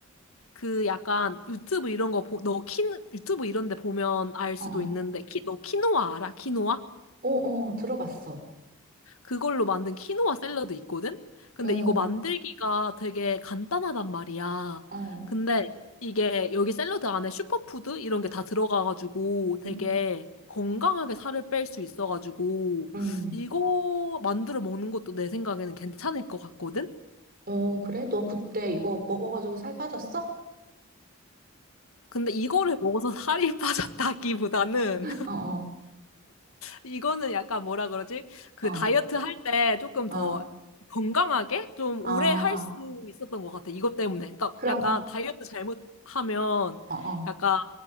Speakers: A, on the left (about 75°); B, on the right (about 40°).
A: 그 약간 유튜브 이런 거, 보, 너 키, 유튜브 이런 데 보면 알
B: 어,
A: 수도
B: 어.
A: 있는데, 키, 너 키노아 알아? 키노아?
B: 어, 어, 들어봤어.
A: 그걸로 만든 키노아 샐러드 있거든? 근데
B: 어,
A: 이거 만들기가 되게 간단하단 말이야.
B: 어.
A: 근데 이게 여기 샐러드 안에 슈퍼푸드 이런 게 다 들어가가지고 되게
B: 음.
A: 건강하게 살을 뺄 수 있어가지고
B: 음.
A: 이거 만들어 먹는 것도 내 생각에는 괜찮을 것 같거든?
B: 어, 그래? 너 그때 이거 먹어가지고 살 빠졌어?
A: 근데 이거를 먹어서 살이 <laughs> 빠졌다기보다는
B: <laughs> 어, 어,
A: 이거는 약간 뭐라 그러지? 그
B: 어,
A: 다이어트 할 때 조금 더
B: 어.
A: 건강하게 좀
B: 아,
A: 오래 할 수 있었던 것 같아. 이것 때문에. 그러니까
B: 그럼,
A: 약간 다이어트 잘못하면
B: 어, 어.
A: 약간